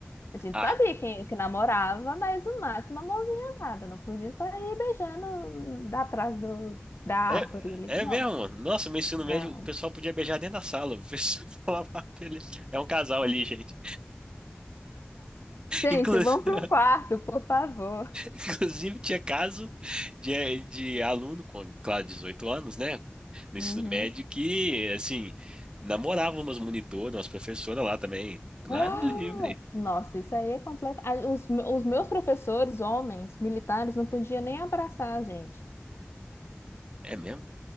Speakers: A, on the left (about 80°); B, on the right (about 20°).
A: A gente
B: Ah,
A: sabia quem que namorava, mas no máximo uma mãozinha dada. Não podia sair beijando da trás do, da árvore
B: é,
A: ali. Não,
B: é mesmo. Nossa, meu ensino
A: não.
B: médio, o pessoal podia beijar dentro da sala. O pessoal <laughs> falava, "Ah, beleza. É um casal ali, gente.
A: Gente,
B: Inclu-
A: vamos para
B: <laughs>
A: um quarto, por favor.
B: Inclusive, tinha caso de, de aluno, com, claro, 18 anos, né? No
A: Uhum.
B: ensino médio, que, assim, namorava umas monitoras, umas professoras lá também.
A: <gasps>
B: Lá
A: Ah!
B: no livre.
A: Nossa, isso aí é completo. Ah, Os, me- os meus professores, homens, militares, não podiam nem abraçar a gente.
B: É mesmo?